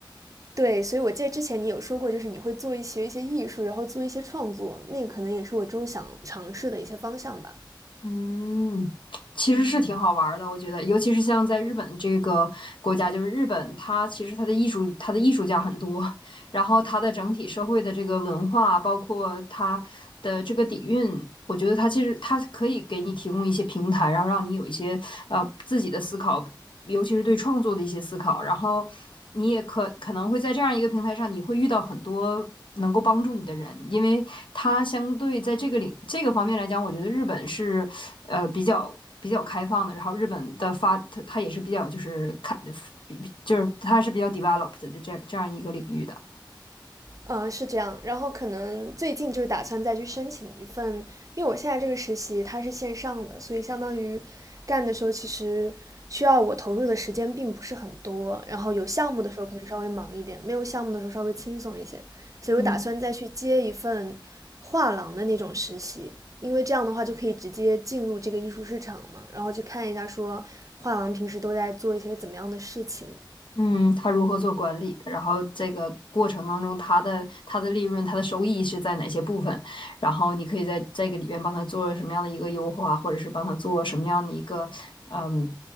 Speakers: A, on the right (about 45°); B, on the left (about 80°).
A: 对，所以我记得之前你有说过，就是你会做一些一些艺术，然后做一些创作，那个可能也是我之后想尝试的一些方向吧。
B: 嗯，其实是挺好玩儿的，
A: 嗯，
B: 我觉得，尤其是像在日本这个国家，就是日本，它其实它的艺术，它的艺术家很多，然后它的整体社会的这个文化，包括它的这个底蕴，我觉得它其实它可以给你提供一些平台，然后让你有一些呃自己的思考，尤其是对创作的一些思考。然后你也可可能会在这样一个平台上，你会遇到很多能够帮助你的人，因为他相对在这个领这个方面来讲，我觉得日本是呃比较比较开放的。然后日本的发，它它也是比较就是开比比就是它是比较 developed 的这这样一个领域的。
A: 嗯，是这样，然后可能最近就是打算再去申请一份，因为我现在这个实习它是线上的，所以相当于干的时候其实需要我投入的时间并不是很多，然后有项目的时候可能稍微忙一点，没有项目的时候稍微轻松一些，所以我打算再去接一份画廊的那种实习，
B: 嗯，
A: 因为这样的话就可以直接进入这个艺术市场嘛，然后去看一下说画廊平时都在做一些怎么样的事情。
B: 嗯，他如何做管理的，然后这个过程当中，他的他的利润、他的收益是在哪些部分，然后你可以在这个里边帮他做什么样的一个优化，或者是帮他做什么样的一个，嗯，